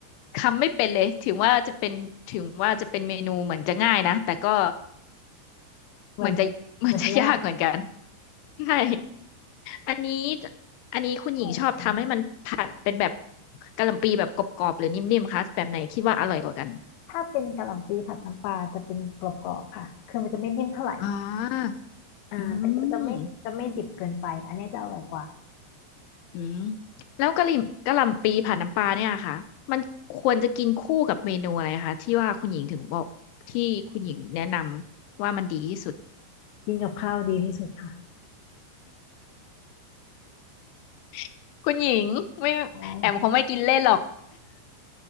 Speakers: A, on the left; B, on the left.
A: ทำไม่เป็นเลยถึงว่าจะเป็นถึงว่าจะเป็นเมนูเหมือนจะง่ายนะแต่ก็
B: เหมือน
A: เหมือนจะ <laughs> เหมือนจะยากเหมือนกัน
B: เหมือนจะยาก
A: ใช่อันนี้อันนี้คุณหญิงชอบทำให้มันผัดเป็นแบบ
B: หอม
A: กะหล่ำปีแบบกรอบๆหรือนิ่มๆคะแบบไหนคิดว่าอร่อยกว่ากัน
B: ถ้าเป็นกะหล่ำปลีผัดน้ำปลาจะเป็นกรอบๆค่ะคือมันจะไม่นิ่มเท่าไหร่
A: อ่า
B: อ่าแต่ก็จะไม่จะไม่ดิบเกินไปอันเนี้ยจะอร่อยกว่า
A: อืม อืมแล้วกะหรี่กะหล่ำปีผัดน้ำปลาเนี่ยค่ะมันควรจะกินคู่กับเมนูอะไรคะที่ว่าคุณหญิงถึงบอกที่คุณหญิงแนะนำว่ามันดีที่สุด
B: กินกับข้าวดีที่สุดค่ะ
A: <laughs> คุณหญิงไม่
B: ใช่
A: แอมคงไม่กินเล่นหรอก